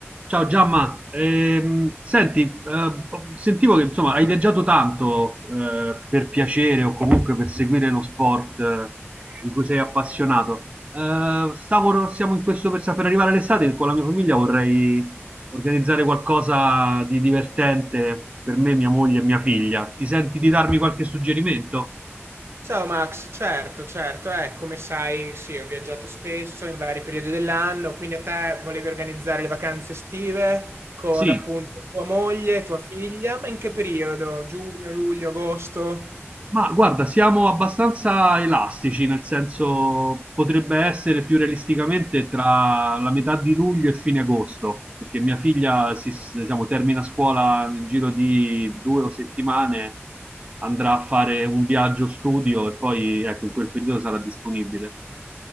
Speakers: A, on the right; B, on the right.
A: Ciao Giamma, Ehm, senti, eh, sentivo che insomma hai viaggiato tanto eh, per piacere o comunque per seguire lo sport eh, di cui sei appassionato. Eh, stavo, siamo in questo per, per arrivare all'estate con la mia famiglia vorrei organizzare qualcosa di divertente per me, mia moglie e mia figlia. Ti senti di darmi qualche suggerimento?
B: Ciao Max, certo, certo, eh, come sai, sì, ho viaggiato spesso in vari periodi dell'anno, quindi a te volevi organizzare le vacanze estive con
A: Sì,
B: appunto tua moglie, tua figlia, ma in che periodo? Giugno, luglio, agosto?
A: Ma guarda, siamo abbastanza elastici, nel senso potrebbe essere più realisticamente tra la metà di luglio e fine agosto, perché mia figlia si, diciamo, termina scuola nel giro di due o settimane, andrà a fare un viaggio studio e poi ecco, in quel periodo sarà disponibile.